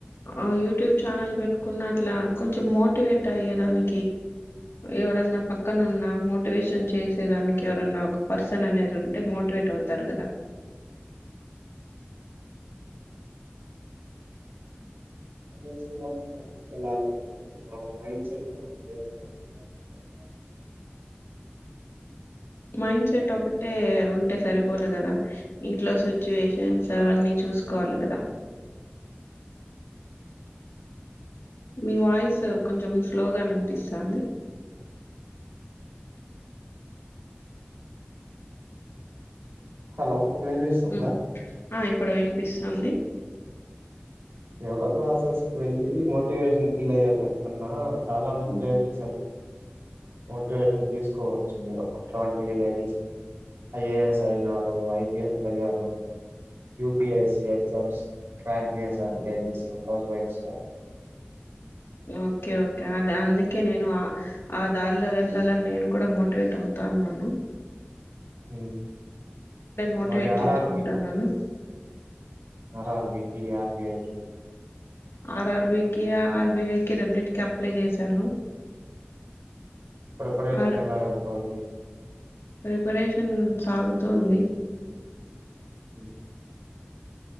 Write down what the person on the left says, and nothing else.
ఆ యూట్యూబ్ ఛానల్ పెట్టుకున్న అట్లా కొంచెం మోటివేట్ అయ్యేదాన్ని ఎవరన్నా పక్కనున్న మోటివేషన్ చేసేదానికి ఎవరన్నా ఒక పర్సన్ అనేది ఉంటే మోటివేట్ అవుతారు కదా
మైండ్ సెట్ ఒకటే ఉంటే సరిపోదు కదా ఇంట్లో సిచ్యువేషన్స్ అవన్నీ చూసుకోవాలి కదా మీ వాయిస్ కొంచెం స్లోగా వినిపిస్తాంది
హ్మ్ ఆ ఇప్పుడు వినిపిస్తుంది
హ్మ్
ఓకే ఓకే అది అందుకే నేను ఆ దారిలో వెళ్ళాలని నేను కూడా మోటివేట్ అవుతాన్నాను
మోటివేట్
చేసుకుంటాన్నాను
ఆర్ ఆర్ బి కి, ఆర్ బి ఐ కి రెండింటికి అప్లై చేశాను
ఆర్
ప్రిపరేషన్ సాగుతుంది